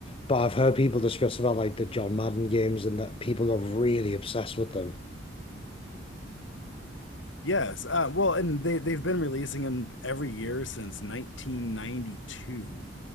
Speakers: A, on the left; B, on the left.
A: but I've heard people discuss about like the John Madden games and that people got really obsessed with them.
B: Yes, uh, well, and they they've been releasing them every year since 1992.